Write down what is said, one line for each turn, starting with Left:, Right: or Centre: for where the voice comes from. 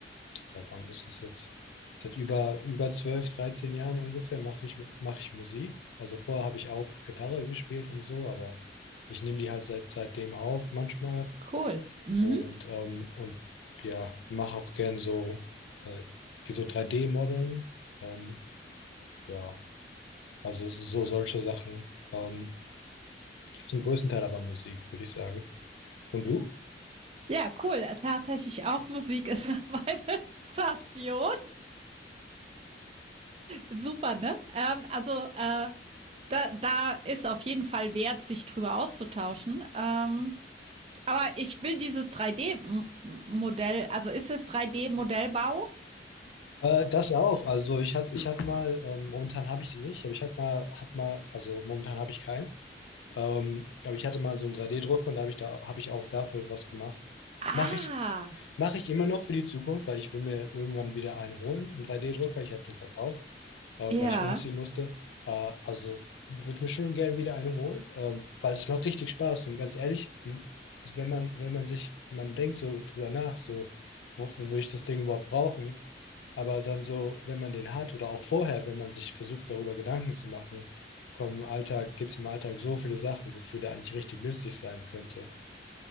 Left: seit wann ist es jetzt? Seit über, über 12, 13 Jahren ungefähr mache ich, mach ich Musik. Also vorher habe ich auch Gitarre gespielt und so, aber ich nehme die halt seit, seitdem auf manchmal
Right: Cool. Mhm.
Left: und, ähm, und ja, mache auch gern so, äh, so 3D-Modeln. Ähm, ja, also so solche Sachen. Ähm, Zum größten Teil aber Musik, würde ich sagen. Und du?
Right: Ja, cool. Äh, Tatsächlich auch Musik ist <laughs> meine Passion. Super, ne? Ähm, also, äh, da, da ist auf jeden Fall wert, sich drüber auszutauschen. Ähm, aber ich will dieses 3D-Modell, also ist es 3D-Modellbau?
Left: Äh, das auch. Also ich hatte, ich hatte mal, ähm, momentan habe ich die nicht, aber ich hatte mal, hat mal, also momentan habe ich keinen. Ähm, aber ich hatte mal so einen 3D-Druck und da habe ich da habe ich auch dafür was gemacht.
Right: Ah,
Left: Mache ich, mache ich immer noch für die Zukunft, weil ich will mir irgendwann wieder einen holen, einen 3D-Drucker. Ich hatte den verkauft, ähm,
Right: ja.
Left: weil ich umziehen musste. Äh, also würde mir schon gerne wieder einen holen, ähm, weil es macht richtig Spaß. Und ganz ehrlich, m- wenn man, wenn man sich, man denkt so drüber nach, so, wofür würde ich das Ding überhaupt brauchen? Aber dann so, wenn man den hat oder auch vorher, wenn man sich versucht, darüber Gedanken zu machen, komm, im Alltag gibt es im Alltag so viele Sachen, wofür der eigentlich richtig nützlich sein könnte.